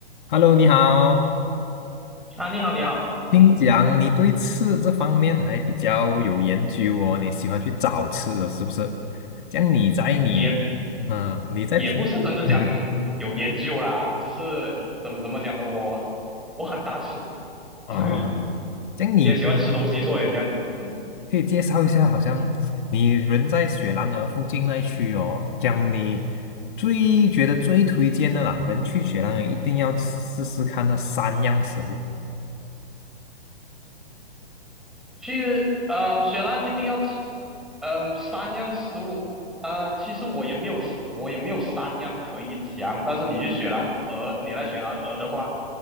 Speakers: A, on the left (about 50°); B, in the centre.
A: Hello，你好。
B: 啊，你好，你好，
A: 听讲你对吃这方面还比较有研究哦，
B: 嗯，
A: 你喜欢去找吃的，是不是？这样你在你，
B: 也
A: 嗯，你在平，
B: 也不是真的讲
A: <laughs>
B: 有研究啦，只是怎么怎么讲呢，我我很大吃，
A: 啊、
B: <laughs>
A: 这样你
B: 也喜欢吃东西，所以这样，嗯。
A: 可以介绍一下，好像你人在雪兰莪附近那一区哦，这样你最觉得最推荐的啦，人去雪兰莪一定要试试看那三样食物。
B: 去，嗯，雪兰一定要吃，嗯，三样食物，呃，其实我也没有，我也没有三样可以讲，但是你去雪兰莪，你来雪兰莪的话，